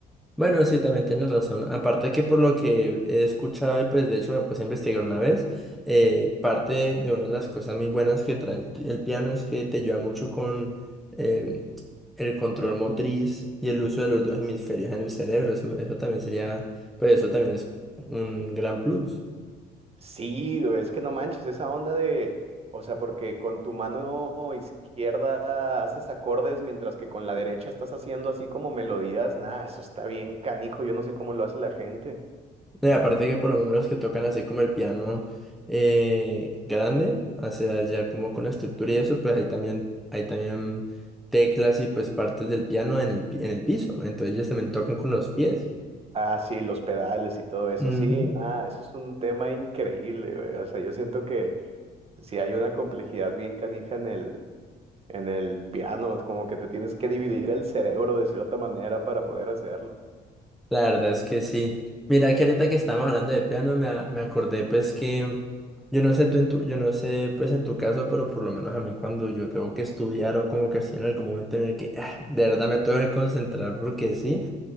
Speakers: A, in the centre; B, on the right (about 35°).
A: Bueno, sí, también tienes razón. Aparte que por lo que he escuchado y pues de hecho me puse a investigar una vez, eh, parte de una de las cosas muy buenas que trae el, el piano es que te ayuda mucho con em, el control motriz y el uso de los dos hemisferios en el cerebro. Eso, eso también sería, pues eso también es un gran plus.
B: Sí, güey, es que no manches, esa onda de, o sea, porque con tu mano izquierda haces acordes mientras que con la derecha estás haciendo así como melodías, nada, eso está bien canijo, yo no sé cómo lo hace la gente.
A: No, y aparte que por lo menos los que tocan así como el piano eh, grande, o sea, ya como con la estructura y eso, pues ahí también, hay también teclas y pues partes del piano en el, pi- en el piso, entonces ellos también tocan con los pies.
B: Ah, sí, los pedales y todo eso,
A: Ujú.
B: sí, nada, eso es un tema increíble, güey, o sea, yo siento que... Sí, hay una complejidad bien canija en el, en el piano, como que te tienes que dividir el cerebro de cierta manera para poder hacerlo.
A: La verdad es que sí. Mira que ahorita que estamos hablando de piano, me, a- me acordé pues que, yo no sé tú en tu, yo no sé pues en tu caso, pero por lo menos a mí cuando yo tengo que estudiar o como que estoy en algún momento en el que ah, de verdad me tengo que concentrar porque sí.